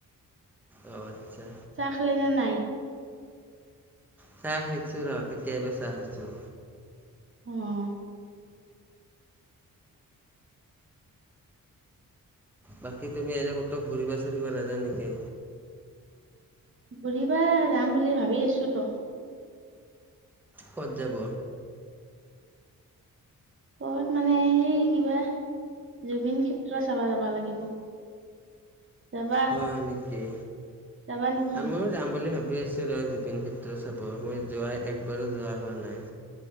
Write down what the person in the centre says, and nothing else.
অ', আচ্ছা।
চাহ খাইছো ৰ কেতিয়াবা চাহ খাইছো।
বাকী তুমি এনেক কতো ঘূৰিবা চুৰিবা নাজা নেকি?
ক'ত যাব?
হয় নেকি
আমিও যাম বুলি ভাবি আছোঁ ৰ জুবিন ক্ষেত্ৰ চাব মই যোৱাই একবাৰো যোৱা হোৱা নাই।